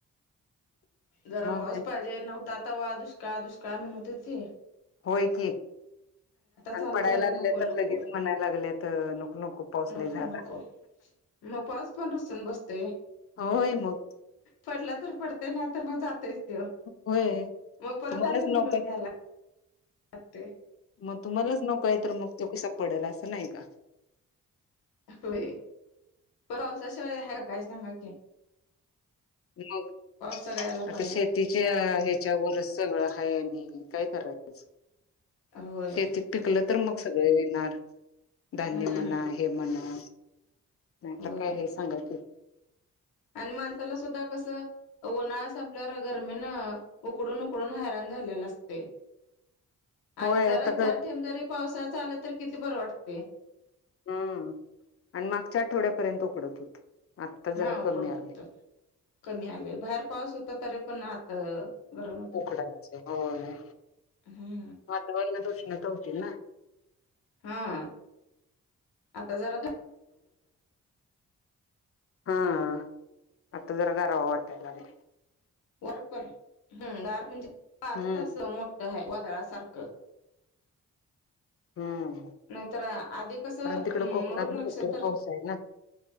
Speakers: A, on the left (about 85°); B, on the left (about 40°).
A: जरा
B: मग
A: पाऊस पाहिजे नव्हता तवा दुष्काळ दुष्काळ म्हणत होते
B: होय की आणि
A: चालू
B: पडायला
A: झालं
B: लागले
A: नको
B: तर
A: नको
B: लगेच म्हणायला लागलेत नको नको पाऊस
A: नको
B: लई झाला.
A: नको मग पाऊस पण रूसून बसतोय.
B: हो होय मग.
A: पडला तर पडते नाय तर मग जातोयच त्यो
B: होय
A: मग परत
B: तुम्हालाच
A: आणि बोलून
B: नकोय
A: घ्यायला लागतय.
B: मग तुम्हालाच नको आहे तर मग त्यो कसा पडेल असं नाही का
A: होय पावसाशिवाय हाय का काय सांगा की
B: मग
A: पाऊस सगळ्याला
B: आता
A: पाहिजे
B: शेतीच्या त्याच्यावरच सगळं हाय आणि काय करायच.
A: होय
B: शेतीत पिकलं तर मग सगळ येणार धान्य
A: हम्म
B: म्हणा, हे म्हणा नाहीतर
A: होय
B: काय हे सांगा की
A: आणि माणसाला सुद्धा कसं उन्हाळा संपल्यावर गर्मीन उकडून उकडून हैरान झालेल असतय. आणि
B: होय
A: जरा
B: आता
A: चार ठेम जारी पावसाच आलं तर किती बरं वाटतय.
B: हम्म आणि मागच्या आठवड्यापर्यंत उकडत होत. आत्ता
A: हा
B: जरा
A: उकडत
B: कमी आलय.
A: होत कमी आले बाहेर पाऊस होता तरी पण आत गरम होत होत.
B: उकडायच होय.
A: हम्म
B: वातावरणात उष्णता होती ना.
A: हा आता जरा
B: हां आता जरा गारवा वाटाय लागलाय.
A: वारपण हम गार म्हणजे वारच
B: हम्म
A: असं मोठ आहे वादळासारखं.
B: हम्म
A: नाहीतर आधी कसं
B: कारण तिकड कोकणात
A: मृग
B: भरपूर
A: नक्षत्र
B: पाऊस आहे ना